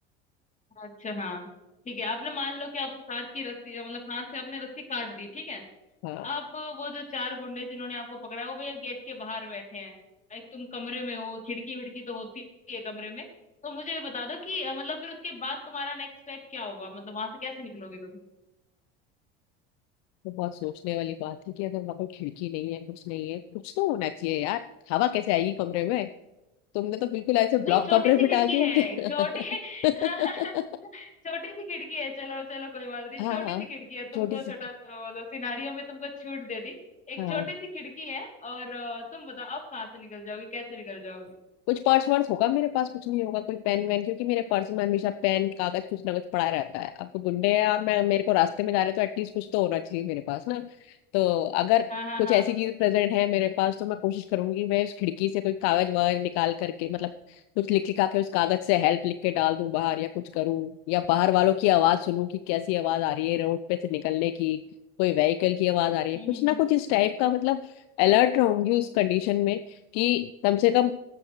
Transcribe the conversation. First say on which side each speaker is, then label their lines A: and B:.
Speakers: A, on the left; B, on the left.
A: अच्छा हाँ ठीक है आपने मान लो कि आप उस कांच की रस्सी मतलब कांच से आपने रस्सी काट दी ठीक है
B: हाँ
A: अब वो जो चार गुंडे जिन्होंने आपको पकड़ा है वो भाई अब गेट के बाहर बैठे हैं एक तुम कमरे में हो खिड़की विड़की तो होती ही है कमरे में तो मुझे ये बता दो कि अ, मतलब फिर उसके बाद तुम्हारा नेक्स्ट स्टेप क्या होगा मतलब वहां से कैसे निकलोगे तुम
B: तो बहुत सोचने वाली बात है कि अगर वहां कोई खिड़की नहीं है कुछ नहीं है कुछ तो होना चाहिए यार हवा कैसे आएगी कमरे में तुमने तो बिल्कुल ऐसे
A: नहीं
B: ब्लॉक
A: छोटी
B: कमरे
A: सी
B: में
A: खिड़की
B: डाल दिया
A: है
B: मुझे
A: छोटी
B: <laughs>
A: <laughs> छोटी सी खिड़की है चलो चलो कोई बात नहीं
B: हाँ
A: छोटी
B: हाँ
A: सी खिड़की है तुमको
B: छोटी सी
A: छोटा अ, मतलब सिनारियो में तुमको छूट दे दी एक
B: हाँ
A: छोटी सी खिड़की है और अ, तुम बताओ अब कहाँ से निकल जाओगे कैसे निकल जाओगे
B: कुछ पर्स वर्स होगा मेरे पास कुछ नहीं होगा कोई पेन वेन क्योंकि मेरे पर्स में हमेशा पेन कागज कुछ ना कुछ पड़ा रहता है अब तो गुंडे हैं और मैं मेरे को रास्ते में जा रहे तो एटलीस्ट कुछ तो होना चाहिए मेरे पास ना तो अगर
A: हाँ हाँ
B: कुछ
A: हाँ
B: ऐसी चीज प्रेजेंट है मेरे पास तो मैं कोशिश करूंगी मैं उस खिड़की से कोई कागज वागज निकाल करके मतलब कुछ लिख लिखा के उस कागज से हेल्प लिख के डाल दूं बाहर या कुछ करूं या बाहर वालों की आवाज सुनूं कि कैसी आवाज आ रही है रोड पे से निकलने की कोई व्हीकल की आवाज आ रही है
A: हम्म
B: कुछ
A: हम्म
B: ना कुछ इस टाइप का मतलब अलर्ट रहूंगी उस कंडीशन में कि कम से कम